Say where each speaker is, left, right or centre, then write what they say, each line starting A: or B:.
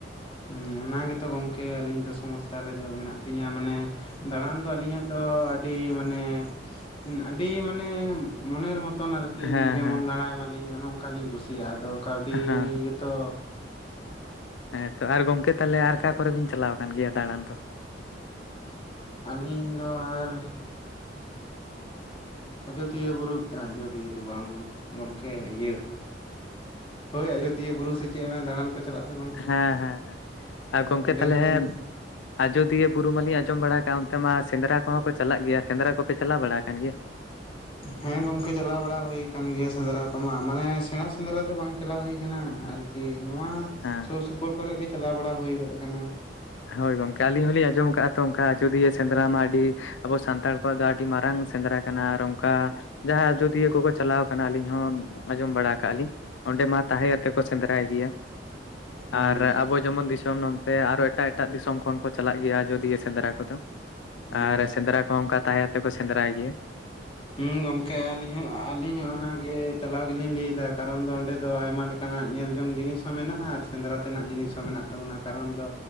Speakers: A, on the left; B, on the left.
A: ᱦᱩᱸ᱾ ᱚᱱᱟ ᱜᱮᱛᱚ ᱜᱚᱝᱠᱮ ᱟᱹᱞᱤᱧ ᱫᱚ ᱥᱚᱢᱚᱥᱥᱟ ᱨᱮᱫᱚ ᱢᱮᱱᱟᱜ ᱞᱤᱧᱟᱹ ᱢᱟᱱᱮ ᱫᱟᱬᱟᱱ ᱫᱚ ᱟᱹᱞᱤᱧᱟᱜ ᱫᱚ ᱟᱹᱰᱤ ᱢᱟᱱᱮ ᱟᱹᱰᱤ ᱢᱟᱱᱮ ᱢᱚᱱᱮᱨ ᱢᱚᱛ ᱛᱚᱱ ᱟᱨᱠᱤ
B: ᱦᱮᱸ
A: ᱡᱮᱢᱚᱱ
B: ᱦᱮᱸ
A: ᱫᱟᱬᱟᱸᱭ ᱢᱟᱞᱤᱧ ᱚᱱᱮ ᱚᱱᱠᱟ ᱞᱤᱧ ᱠᱩᱥᱤᱭᱟᱜᱼᱟ᱾ ᱟᱫᱚ ᱠᱟᱹᱣᱰᱤ
B: ᱦᱮᱸ
A: ᱜᱜᱮᱛᱚ
B: ᱦᱮᱸ ᱛᱚ ᱟᱨ ᱜᱚᱝᱠᱮ ᱛᱟᱞᱦᱮ ᱟᱨ ᱟᱠᱟ ᱠᱚᱨᱮ ᱵᱤᱱ ᱪᱟᱞᱟᱣ ᱠᱟᱱ ᱜᱮᱭᱟ ᱫᱟᱬᱟᱱ ᱫᱚ?
A: ᱟᱹᱞᱤᱧ ᱫᱚ ᱟᱨ ᱟᱡᱚᱫᱤᱭᱟᱹ ᱵᱩᱨᱩ ᱟᱡᱚᱫᱤᱭᱟᱹ ᱫᱚ ᱵᱟᱝ ᱜᱚᱢᱠᱮ ᱤᱭᱟᱹ ᱦᱳᱭ ᱟᱡᱳᱫᱤᱭᱟᱹ ᱵᱩᱨᱩ ᱥᱮ ᱪᱮᱜ ᱚᱱᱮ ᱫᱟᱬᱟᱱ ᱠᱚ ᱪᱟᱞᱟᱜ ᱫᱚ ᱜᱚᱢᱠᱮ᱾
B: ᱦᱮᱸ ᱦᱮᱸ ᱦᱮᱸ ᱟᱨ
A: ᱦᱳᱭ
B: ᱜᱚᱝᱠᱮ
A: ᱚᱸᱰᱮ
B: ᱛᱟᱞᱦᱮ
A: ᱦᱚᱸᱞᱤᱧ
B: ᱟᱡᱚᱫᱤᱭᱟᱹ ᱵᱩᱨᱩ ᱢᱟᱞᱤᱧ ᱟᱸᱡᱚᱢ ᱵᱟᱲᱟ ᱟᱠᱟᱫ ᱚᱱ ᱛᱮᱢᱟ ᱥᱮᱸᱫᱽᱨᱟ ᱠᱚᱦᱚᱸ ᱠᱚ ᱪᱟᱞᱟᱜ ᱜᱮᱭᱟ᱾ ᱥᱮᱸᱫᱽᱨᱟ ᱠᱚᱯᱮ ᱪᱟᱞᱟᱣ ᱵᱟᱲᱟ ᱟᱠᱟᱱ ᱜᱮᱭᱟ?
A: ᱦᱮᱸ ᱜᱚᱝᱠᱮ ᱪᱟᱞᱟᱣ ᱵᱟᱲᱟ ᱦᱩᱭ ᱠᱟᱱ ᱜᱤᱭᱟ ᱥᱮᱸᱫᱽᱨᱟ ᱠᱚᱢᱟ᱾ ᱢᱟᱱᱮ ᱥᱮᱸᱬᱟ ᱥᱮᱸᱫᱽᱨᱟ ᱫᱚ ᱵᱟᱝ ᱪᱟᱞᱟᱣ ᱦᱩᱭ ᱠᱟᱱᱟ ᱟᱨ ᱠᱤ ᱱᱚᱣᱟ
B: ᱦᱮᱸ᱾
A: ᱥᱳᱨ-ᱥᱳᱯᱳᱨ ᱠᱚᱨᱮᱜ ᱜᱮ ᱪᱟᱞᱟᱣ ᱵᱟᱲᱟ ᱦᱳᱭ ᱜᱚᱫ ᱠᱟᱱᱟ᱾
B: ᱦᱳᱭ ᱜᱚᱝᱠᱮ ᱟᱹᱞᱤᱧ ᱦᱚᱞᱤᱧ ᱟᱸᱡᱚᱢ ᱟᱠᱟᱜᱼᱟ ᱛᱚ ᱚᱱᱠᱟ ᱟᱡᱚᱫᱤᱭᱟᱹ ᱥᱮᱸᱫᱽᱨᱟ ᱢᱟ ᱟᱹᱰᱤ ᱟᱵᱚ ᱥᱟᱱᱛᱟᱲ ᱠᱚᱣᱟᱜ ᱫᱚ ᱟᱹᱰᱤ ᱢᱟᱨᱟᱝ ᱥᱮᱸᱫᱽᱨᱟ ᱠᱟᱱᱟ ᱟᱨ ᱚᱝᱠᱟ ᱡᱟᱦᱟᱸ ᱟᱡᱽᱫᱤᱭᱟᱹ ᱠᱚᱠᱚ ᱪᱟᱞᱟᱣ ᱠᱟᱱᱟ, ᱟᱹᱞᱤᱧ ᱦᱚᱸ ᱟᱸᱡᱚᱢ ᱵᱟᱲᱟ ᱠᱟᱜ ᱞᱤᱧ᱾ ᱚᱸᱰᱮ ᱢᱟ ᱛᱟᱦᱮᱸ ᱟᱛᱮᱜ ᱠᱚ ᱥᱮᱸᱫᱽᱨᱟᱭ ᱜᱮᱭᱟ
A: ᱦᱩᱸ
B: ᱟᱨ ᱟᱵᱚ ᱡᱮᱢᱚᱱ ᱫᱤᱥᱚᱢ ᱱᱚᱱᱛᱮ ᱟᱨᱚ ᱮᱴᱟᱜ ᱮᱴᱟᱜ ᱫᱤᱥᱚᱢ ᱠᱷᱚᱱ ᱠᱚ ᱪᱟᱞᱟᱜ ᱜᱤᱭᱟ, ᱟᱡᱽᱫᱤᱭᱟᱹ ᱥᱮᱸᱫᱽᱨᱟ ᱠᱚᱫᱚ
A: ᱦᱩᱸ
B: ᱟᱨ ᱥᱮᱸᱫᱽᱨᱟ ᱠᱚᱦᱚᱸ ᱚᱱᱠᱟ ᱛᱟᱦᱮᱸ ᱛᱮ ᱠᱚ ᱥᱮᱸᱫᱽᱨᱟᱭ ᱜᱮᱭᱟ᱾
A: ᱦᱩᱸ ᱜᱚᱝᱠᱮ ᱟᱹᱞᱤᱧ ᱦᱚᱸ ᱟᱹᱞᱤᱧ ᱦᱚᱸ ᱚᱱᱟ ᱜᱮ ᱪᱟᱞᱟᱣ ᱜᱮᱞᱤᱧ ᱞᱟᱹᱭ ᱮᱫᱟ᱾ ᱠᱟᱨ ᱠᱟᱨᱚᱱ ᱚᱸᱰᱮ ᱫᱚ ᱟᱭᱢᱟ ᱞᱮᱠᱟᱱᱟᱜ ᱧᱮᱞ ᱡᱚᱝ ᱡᱤᱱᱤᱥ ᱦᱚᱸ ᱢᱮᱱᱟᱜᱼᱟ, ᱟᱨ ᱥᱮᱸᱫᱽᱨᱟ ᱛᱮᱱᱟᱜ ᱡᱤᱱᱤᱥ ᱦᱚᱸ ᱢᱮᱱᱟᱜ ᱛᱟᱵᱚᱱᱟ ᱠᱟᱨᱚᱱ ᱫᱚ